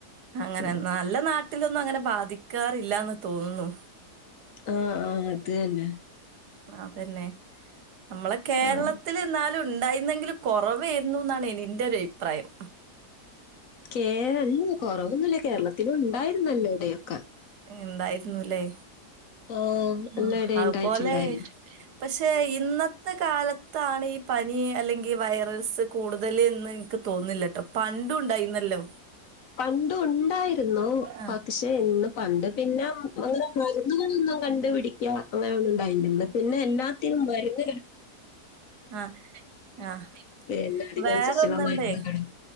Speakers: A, on the right; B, on the left.
A: അങ്ങനെന്നാ,
B: ഉം
A: ള്ള നാട്ടിലൊന്നും അങ്ങനെ ബാധിക്കാറില്ലാന്ന് തോന്നുന്നു.
B: ആഹ ആഹ അത് ന്നെ
A: ആഹ് പിന്നെ മ്മളെ കേരളത്തിൽ
B: ആഹ്.
A: ന്നാലും ണ്ടായിന്നെങ്കിലും, കൊറേവേര്ന്ന്ന്നാണ് എനി ൻ്റെ ഒരയിപ്രായം
B: കേരൾ കൊറവൊന്നല്ല കേരളത്തിലും ണ്ടായിരുന്നല്ലോ ഏടെക്കെ
A: ഇണ്ടായിരുന്നുല്ലേ.
B: ആഹ് എല്ലാടെ
A: ആഹ് അഹ്പോലെ,
B: ഇണ്ടായിട്ടുണ്ടായിരുന്നു.
A: പക്ഷെ ഇന്നത്തെ കാലത്താണ് ഈ- പനി അല്ലെങ്കിൽ വൈറസ് കൂടുതൽ എന്ന് എനിക്ക് തോന്നുന്നു. തോന്നില്ലട്ടോ പണ്ടു ഉണ്ടായിന്നല്ലോ.
B: പണ്ടുണ്ടായിരുന്നു
A: ആഹ്
B: പ ക് ശ് ഇന്ന് പണ്ട് പിന്നെ അങ്ങനെ- മരുന്നുകൾ ഒന്നും, കണ്ടുപിടിക്യാ അങ്ങനെ ഒന്നുംണ്ടായില്യല്ലോ പിന്നെ എല്ലാത്തിലും വേൽങ്ങനൊരു.
A: ആഹാ ആഹാ
B: പിന്നെ അതിനനുസരിച്ചുള്ള
A: വെറോന്ന്ണ്ടേ.
B: മരുന്നുകളും